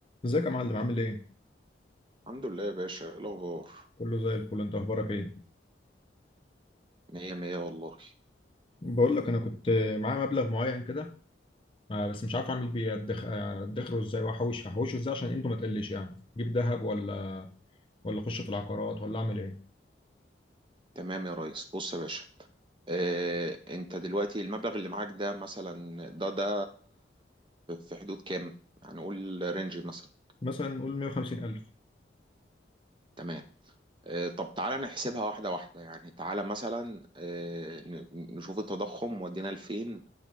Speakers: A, on the left (about 30°); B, on the right (about 25°).
A: ازيك يا معلم عامل ايه؟
B: الحمد لله يا باشا إيه الأخبار
A: كله زي الفل انت اخبارك ايه؟
B: مية مية والله
A: بقول لك انا كنت معايا مبلغ معين كده آه، بس مش عارف اعمل بيه أدخ- آه، ادخره ازاي واحوش هحوشه ازاي عشان قيمته ما تقلش يعني اجيب ذهب ولا ولا اخش في العقارات ولا اعمل ايه؟
B: تمام يا ريس بص يا باشا اه انت دلوقتي المبلغ اللي معاك ده مثلا ده ده في حدود كام يعني قول رينج مثلا
A: مثلا نقول 150000
B: تمام اه طب تعالى نحسبها واحدة واحدة يعني تعالى مثلا اه ن- نشوف التضخم ودينا لفين